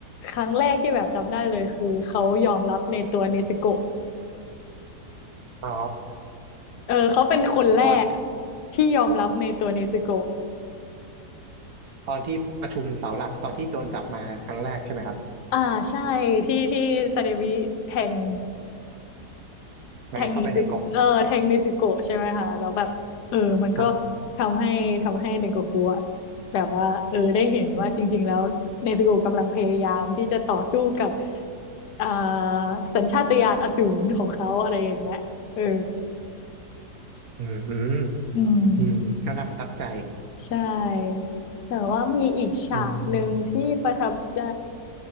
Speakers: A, on the left; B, on the right.
A: ครั้งแรกที่แบบจำได้เลยคือเขายอมรับในตัวเนซึโกะ
B: อ๋อ
A: เออเขาเป็นคนแรก
B: ตอน
A: ที่ยอมรับในตัวเนซึโกะ
B: ตอนที่ประชุมเสาหลักตอนที่โดนจับมาครั้งแรกใช่ไหมครับ
A: อ่าใช่ที่ที่ซาเดวิแทง
B: แมนเข้าไปในกล่อง
A: แทงนิซิโกะเออแทงนิซิโกะใช่ไหมคะแล้วแบบเออมันก็
B: ครับ
A: ทำให้ทำให้เดนโกคุอะแบบว่าเออได้เห็นว่าจริงๆ แล้วเนซึโกะกำลังพยายามที่จะต่อสู้กับอ่าสัญชาตญาณอสูรของเขาอะไรอย่างเงี้ยเออ
B: อืมอืม
A: อืม
B: อืมก็น่าประทับใจ
A: ใช่ แต่ว่ามีอีกฉากหนึ่งที่ประทับใจ
B: อืม